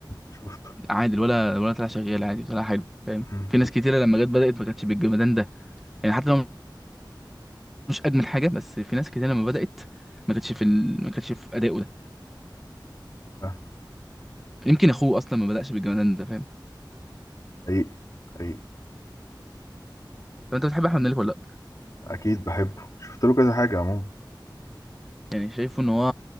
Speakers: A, on the left; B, in the centre.
A: شفته
B: عادي الولا الولا طلع شغال عادي طلع حلو فاهم
A: مم.
B: في ناس كتيره لما جت بدات ما كانتش بالجمدان ده يعني حتى لو مش اجمل حاجه بس في ناس كتيره لما بدات ما كانتش في ال... ما كانتش في ادائه ده
A: فاهم
B: يمكن اخوه اصلا ما بدأش بالجمدان ده فاهم
A: حقيقي حقيقي
B: طب انت بتحب احمد مالك ولا لا
A: اكيد بحبه شفت له كذا حاجة عموما
B: يعني شايفه ان هو